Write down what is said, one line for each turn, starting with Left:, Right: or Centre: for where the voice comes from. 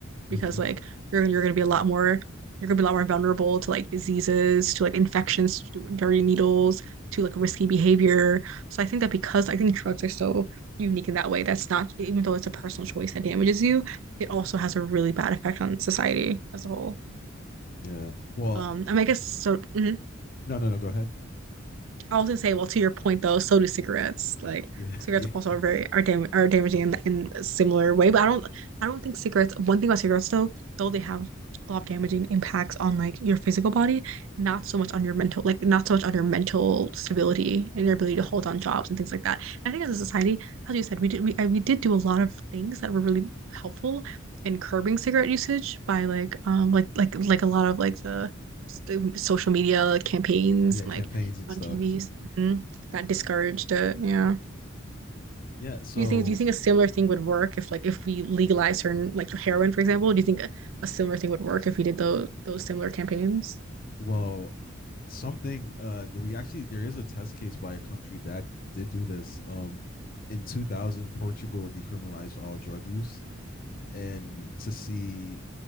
Right: because
Left: Mm-hmm.
Right: like you're you're gonna be a lot more you're gonna be a lot more vulnerable to like diseases, to like infections, to dirty needles, to like risky behavior. So I think that because I think drugs are so unique in that way, that's not even though it's a personal choice that damages you, it also has a really bad effect on society as a whole.
Left: Yeah. Well,
Right: Um, I mean, I guess so. mhm.
Left: no, no, no. Go ahead. <laughs>
Right: I was gonna say, well, to your point though, so do cigarettes. Like
Left: Yeah,
Right: cigarettes
Left: yeah,
Right: also are very are dam are damaging in, in a similar way. But I don't I don't think cigarettes. One thing about cigarettes though, though they have a lot of damaging impacts on like your physical body, not so much on your mental, like not so much on your mental stability and your ability to hold on jobs and things like that. I think as a society, as you said, we did we I, we did do a lot of things that were really helpful in curbing cigarette usage by like um like like like a lot of like the s- social media campaigns
Left: yeah.
Right: like
Left: Campaigns and
Right: on
Left: stuff.
Right: TVs. hmm That discouraged it. Yeah.
Left: Yeah. So,
Right: Do you think do you think a similar thing would work if like if we legalize certain like heroin, for example? Do you think a, a similar thing would work if we did those those similar campaigns?
Left: well, something. Uh, we actually there is a test case by a country that did do this. Um, in 2000, Portugal decriminalized all drug use, and to see